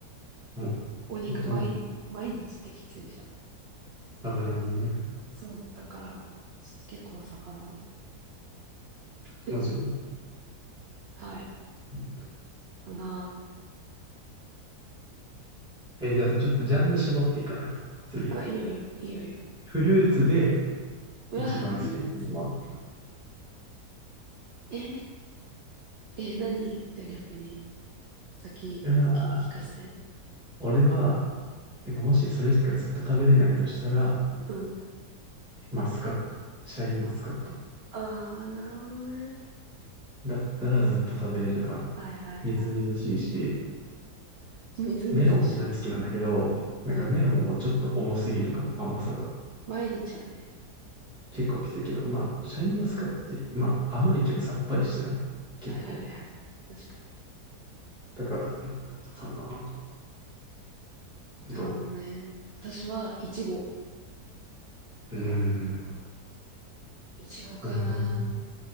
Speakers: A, in the centre; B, on the right.
A: もう、
B: お肉毎日、
A: 本当もう
B: 毎日ってきついじゃん。
A: 脂身ね、
B: そう。だから、ちょっと結構魚。<laughs> うん
A: モチベ。う
B: はい。
A: ん
B: かな。
A: えじゃあさ、ちょっとジャンル絞っていかない次。
B: あ、いいよいいよ、いいよいいよ。
A: フルーツで
B: うわー、
A: 一番好きなもの。
B: フルーツ。えー、えー、何じゃあ逆に。先、
A: うわ
B: 先に聞かせて。
A: 俺は、てかもしそれしかずっと食べれないとしたら、
B: うん。
A: マスカット。シャインマスカット。
B: ああ、なるほどね。
A: だったらずっと食べれるかな。
B: はいはいは
A: みずみずしいし、
B: い。みずみずしいし。
A: メロンも大好きなんだけど、なんかメロンはちょっと重すぎるかも、
B: うん。
A: 甘さが。
B: 毎日はね。
A: 結構きついけど、まあ、シャインマスカットって、まあ、甘いけどさっぱりしてない。結構。
B: はいはいはい。確かに。
A: だから、うんかな。
B: なるほどね。
A: ど
B: 私は、いちご。
A: ううーん。
B: いちごかな。
A: なるほど。